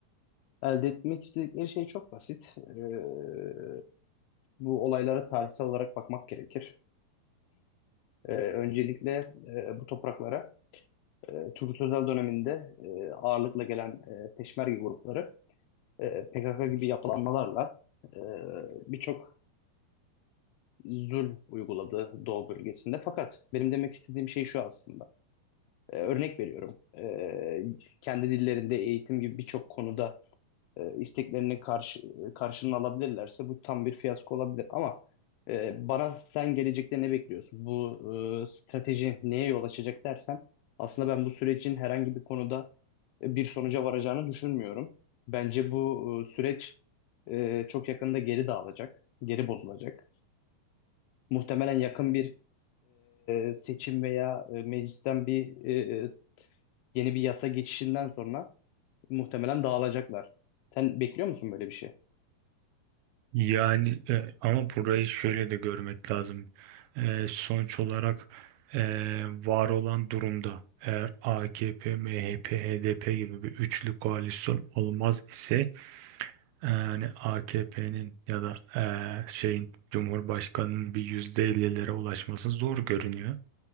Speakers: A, on the left (about 85°); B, on the right (about 80°).
A: Elde etmek istedikleri şey çok basit. Ee, bu olaylara tarihsel olarak bakmak gerekir. Ee, öncelikle e, bu topraklara e, Turgut Özal döneminde e, ağırlıkla gelen e, peşmerge grupları e, PKK gibi yapılanmalarla e, birçok zulm uyguladı Doğu bölgesinde. Fakat benim demek istediğim şey şu aslında. E, örnek veriyorum. E, kendi dillerinde eğitim gibi birçok konuda e, isteklerini karşı, e, karşılığını alabilirlerse bu tam bir fiyasko olabilir. Ama e, bana sen gelecekte ne bekliyorsun? Bu e, strateji neye yol açacak dersen aslında ben bu sürecin herhangi bir konuda e, bir sonuca varacağını düşünmüyorum. Bence bu e, süreç e, çok yakında geri dağılacak, geri bozulacak. Muhtemelen yakın bir e, seçim veya e, meclisten bir e, Yeni bir yasa geçişinden sonra muhtemelen dağılacaklar. Sen bekliyor musun böyle bir şey?
B: Yani e, ama burayı şöyle de görmek lazım. E, sonuç olarak e, var olan durumda eğer AKP, MHP, HDP gibi bir üçlü koalisyon olmaz ise e, yani AKP'nin ya da e, şeyin Cumhurbaşkanının bir %50'lere ulaşması zor görünüyor.